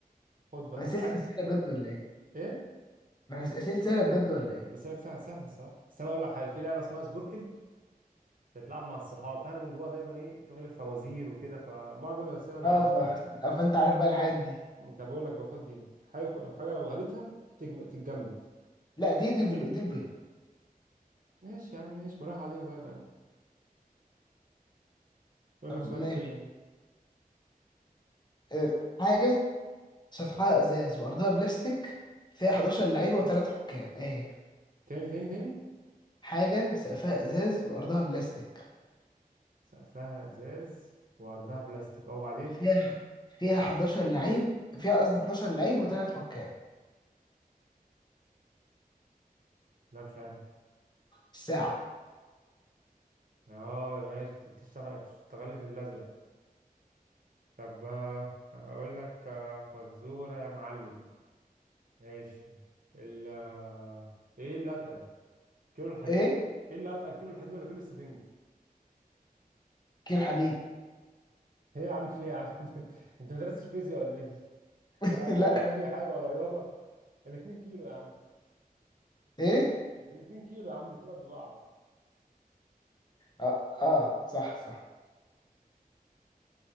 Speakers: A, on the right (about 65°); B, on the left (about 30°).
A: خد بقى
B: أنا أسئلتي
A: حاجة
B: سهلة بجد ولا ايه؟
A: إيه
B: أنا أسئلتي سهلة بجد ولا ايه؟
A: بس لك سهلة سهلة الصراحة بس أنا أقول لك حاجة في لعبة اسمها سبوركل بتتلعب مع الصحاب فأنا من جواها دايما إيه شغل الفوازير وكده فمعظم الأسئلة أنا
B: اه
A: عارفها
B: ف... فانت عارف بقى الحاجات دي
A: طب اقول لك باخد دي حاجه كو- حاجه لو غليتها تجم... تتجمد
B: لا دي دي بال- دي البيض
A: ماشي يا عم ماشي وراح علينا طيب يا عم اقول
B: طب
A: لك سؤال
B: ماشي
A: تاني بقى
B: آه، حاجة سطحها ازاز وارضها بلاستيك فيها 11 لعيبة وثلاث حكام ايه هي؟
A: تاني تاني تاني
B: حاجة سقفها ازاز وارضها بلاستيك
A: سقفها ازاز وعرضها بلاستيك او بعدين
B: فيها فيها 11 لعيب فيها قصدي 12 لعيب وثلاث حكام
A: لا مش عارف
B: الساعة
A: اه ماشي تشتغل تشتغل لي في الازرق طب آه، اقول لك آه، فزوره يا معلم ماشي ال آه، ايه اللي اتقل كيلو الحديد
B: ايه
A: ايه اللي اتقل كيلو الحديد ولا كيلو السفنج
B: كيلو حديد
A: ايه يا عم في إيه يا عم <laughs> انت ما درستش فيزياء ولا ايه
B: <laughs>
A: ولا
B: لا
A: كيمياء ولا اي حاجه ولا رياضه الاتنين كيلو يا عم
B: ايه
A: الاتنين كيلو يا عم الاتنين قد بعض
B: اه, آه. صح صح